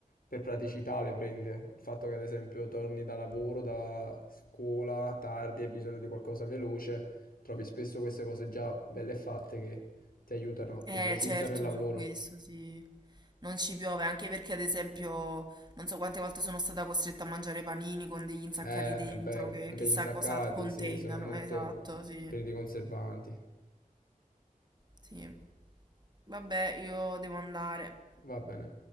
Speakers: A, on the left; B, on the right.
A: per praticità le prende. Il fatto che, ad esempio, torni da lavoro, da scuola tardi, e hai bisogno di qualcosa veloce, trovi spesso queste cose già belle fatte che ti aiutano,
B: Eh,
A: ti velocizzano
B: certo,
A: il lavoro.
B: su questo sì. Non ci piove, anche perché ad esempio non so quante volte sono stata costretta a mangiare panini con degli insaccati
A: Eh,
B: dentro
A: è vero.
B: che
A: Anche
B: chissà
A: gli insaccati,
B: cosa contengano.
A: sì, sono molto
B: Esatto, sì.
A: pieni di conservanti.
B: Sì. Vabbè, io devo andare.
A: Va bene.